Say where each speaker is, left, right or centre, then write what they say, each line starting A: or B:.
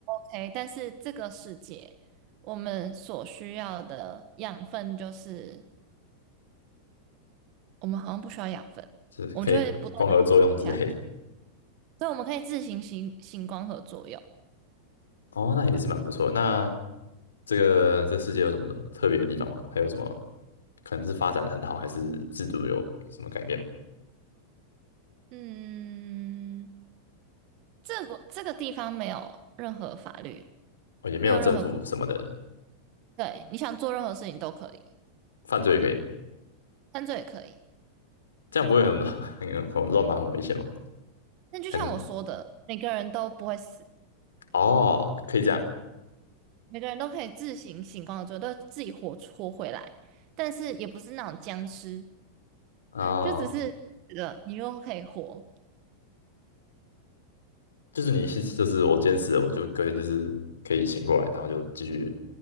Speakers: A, on the right; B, on the left.
A: 哎，但是这个世界，我们所需要的养分就是，我们好像不需要养分，
B: 是可以光合作用之类的。
A: 我们就会不断的下来，所以我们可以自行行行光合作用。
B: 哦，那也是蛮不错的那这个这世界有什么特别的地方吗？还有什么可能是发展的很好，还是制度有什么改变吗？
A: 嗯，这个这个地方没有任何法律，
B: 哦，也没有政府什么的，
A: 没有任何规定，对，你想做任何事情都可以，
B: 犯罪也可以，
A: 犯罪也可以。
B: 这样不会很 <laughs> 很很乱吗？很危险吗？
A: 但就像我说的，
B: 还是
A: 每个人都不会死，
B: 哦，可以这样
A: 每个人都可以自行行光合作用，都自己活活回来，但是也不是那种僵尸。
B: 哦，
A: 就只是觉得你又可以活。
B: 就是你 <laughs> 就是我坚持，死了我就可以就是可以醒过来，然后就继续